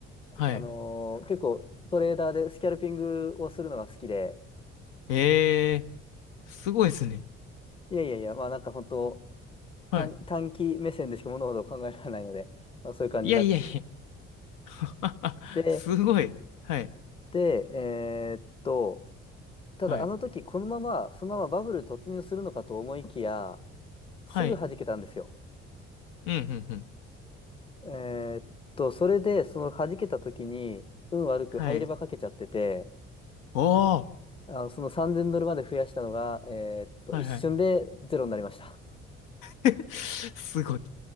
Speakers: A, on the left (about 60°); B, on the left (about 15°).
A: はい。
B: あのー結構トレーダーでスキャルピングをするのが好きで、
A: ええーすごいですね。
B: いやいやいや、まあなんか本当、
A: はい。
B: 短、短期目線でしか物事を考えられないので、まあ、そういう感じになっちゃっ
A: いやいやいや。<laughs>
B: て、
A: すごい。はい。
B: で、えーっと、ただあの時このまま、
A: はい。
B: そのままバブル突入するのかと思いきや、すぐ弾けたんですよ。
A: はい。うん、うん、うん。
B: えーっと、それで、その弾けた時に、運悪く入れ歯かけちゃってて、
A: はい。おー。
B: あの、その3000ドルまで増やしたのが、えーっと、
A: はい、
B: 一瞬でゼロになりました。
A: はい。<laughs> すごい。